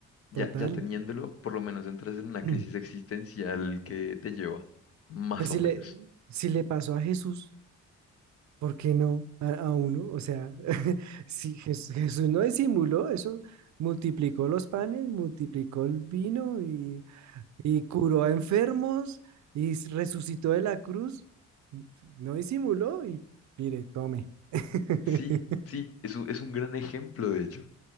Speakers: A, on the left (about 50°); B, on the right (about 65°).
A: ya,
B: total.
A: ya teniéndolo, por lo menos entras en
B: <clears throat>
A: una crisis existencial que te lleva, más
B: Pues
A: o
B: si
A: menos.
B: le, si le pasó a Jesús, ¿por qué no a, a uno? O sea, <laughs> si Jes- Jesús no disimuló eso, multiplicó los panes, multiplicó el vino y, y curó a enfermos y s- resucitó de la cruz. mm, No disimuló y mire, tome. <laughs>
A: Sí, sí, es un, es un gran ejemplo, de hecho,